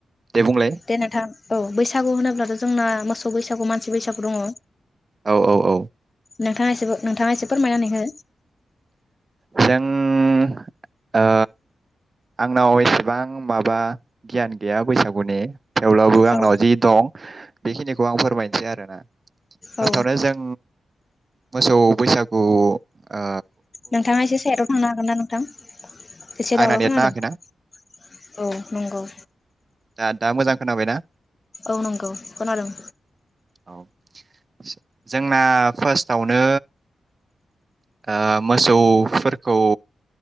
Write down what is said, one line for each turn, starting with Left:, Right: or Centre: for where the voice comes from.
Right: दे बुंलाय
Left: दे नोंथां औ बैसागु होनोब्लाथ' जोंना मोसौ बैसागु मानसि बैसागु दङ
Right: औ औ औ
Left: नोंथाङा एसे नोंथाङा एसे फोरमायनानै हो
Right: जों ओ आंनाव एसेबां माबा गियान गैया बैसागुनि थेवब्लाबो
Left: औ
Right: आंनाव जि दं बेखिनिखौ आं फोरमायनोसै आरोना फार्स्टआवनो
Left: औ
Right: जों मोसौ बैसागु आ
Left: नोंथाङा एसे साइदआव थांनो हागोन ना नोंथां एसे
Right: आंना
Left: दावराव
Right: नेट
Left: खोनादों
Right: नाङाखैना
Left: औ नंगौ।
Right: दा दा मोजां खोनाबाय ना?
Left: औ नंगौ खोनादों
Right: औ जोंना फार्स्टआवनो। आ मोसौफोरखौ।